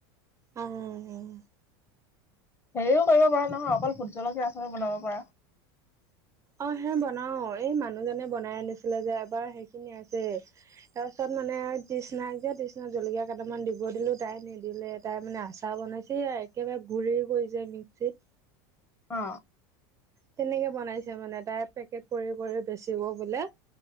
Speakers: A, on the right; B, on the left.
A: উম
B: হেৰিও কৰিব পৰা নহয় অকল ভোট জলকীয়া আচাৰো বনাব পাৰ
A: অ হে বনাও এই মানুহজনে বনাই আনিছিলে যে এবাৰ সেইখিনি আছে তাৰপিছত মানে তৃষ্নাাক যে তৃিষ্না জলকীয়া কেইটামান দিব দিলো তাই নিদিলে তাৰ মানে আচাৰ বনাইছে একেবাৰে ঘুৰি কৰিছে মিক্সিত
B: অ
A: তেনেকে বনাইছে মানে তাই পেকেট কৰি কৰি বেচিব বোলে